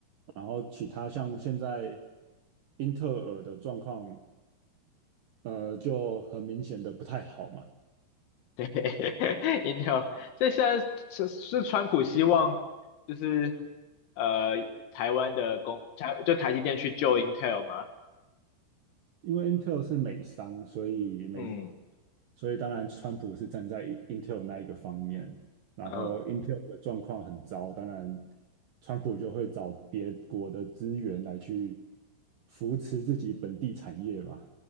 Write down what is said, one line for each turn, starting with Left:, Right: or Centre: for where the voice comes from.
Right: 然后其他像现在英特尔的状况，呃，就很明显的不太好嘛。
Left: 对 <laughs>，Intel，所以现在是是川普希望就是呃台湾的工台就台积电去救 Intel 吗？
Right: 因为 Intel 是美商，所以美，
Left: 嗯
Right: 所以当然川普是站在 Intel 那一个方面，然后
Left: 嗯，
Right: Intel 的状况很糟，当然川普就会找别国的资源来去扶持自己本地产业嘛。